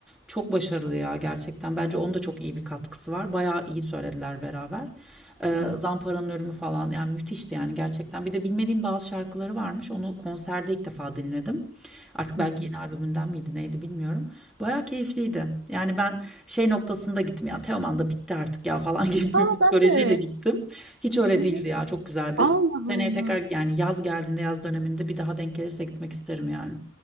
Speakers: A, in the centre; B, on the right.
A: Çok başarılı ya gerçekten. Bence onun da çok iyi bir katkısı var. Bayağı iyi söylediler beraber. Eee,
B: Hı
A: Zampara'nın Ölümü falan yani müthişti yani gerçekten. Bir de bilmediğim bazı şarkıları varmış. Onu konserde ilk defa dinledim. Artık belki
B: hı.
A: yeni albümünden miydi neydi bilmiyorum. Bayağı keyifliydi. Yani ben şey noktasında gittim ya Teoman da bitti artık ya falan <laughs> gibi bir
B: Aa
A: psikolojiyle
B: ben de.
A: gittim. Hiç öyle
B: Evet.
A: değildi ya çok güzeldi.
B: Allah
A: Seneye
B: Allah.
A: tekrar yani yaz geldiğinde yaz döneminde bir daha denk gelirse gitmek isterim yani.